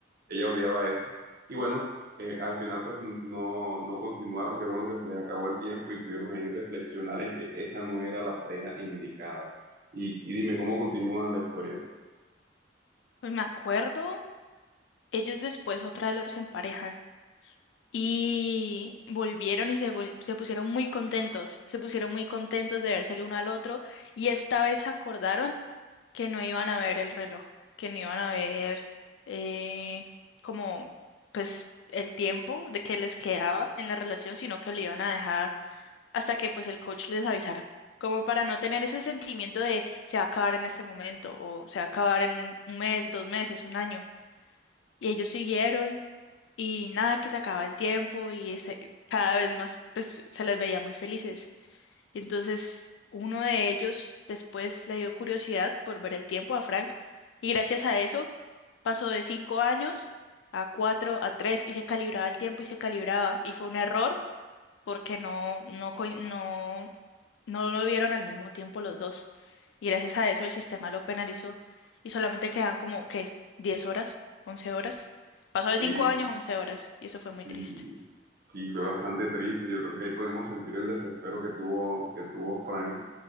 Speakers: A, on the right; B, on the left.
A: ella odiaba eso. Y bueno, eh, al final pues no, no continuaron, qué bueno que se les acabó el tiempo y pudieron ahí reflexionar en que esa no era la pareja indicada. Y, y dime, ¿cómo continúa la historia?
B: Pues me acuerdo, ellos después otra vez los emparejan Y volvieron y se, vol- se pusieron muy contentos, se pusieron muy contentos de verse el uno al otro y esta vez acordaron que no iban a ver el reloj, que no iban a ver eh, como pues el tiempo de que les quedaba en la relación, sino que lo iban a dejar hasta que pues el coach les avisara, como para no tener ese sentimiento de se va a acabar en este momento o se va a acabar en un mes, dos meses, un año. Y ellos siguieron y nada, que se acababa el tiempo y ese- cada vez más pues, se les veía muy felices. Y entonces uno de ellos después le dio curiosidad por ver el tiempo a Frank y gracias a eso pasó de cinco años a cuatro, a tres y se calibraba el tiempo y se calibraba. Y fue un error porque no, no, coi- no, no lo vieron al mismo tiempo los dos. Y gracias a eso el sistema lo penalizó y solamente quedan como, ¿qué? diez horas? once horas? Pasó de
A: Sí,
B: 5 años a 11 horas y eso fue
A: sí,
B: muy triste.
A: sí, fue bastante triste. Yo creo que ahí podemos sentir el desespero que tuvo, que tuvo Frank